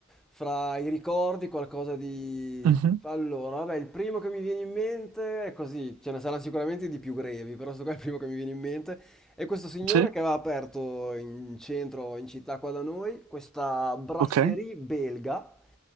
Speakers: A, in the centre; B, on the right.
A: fra i ricordi qualcosa di...
B: Mhm.
A: Allora, vabbè, il primo che mi viene in mente è così, ce ne saranno sicuramente di più grevi, però questo qua è il primo che mi viene in mente. E questo signore
B: Sì,
A: che aveva aperto in centro, in città qua da noi, questa brasserie
B: ok,
A: belga.